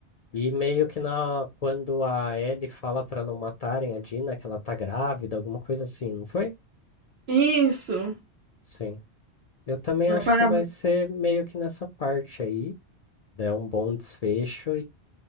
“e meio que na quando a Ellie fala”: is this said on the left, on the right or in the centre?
Left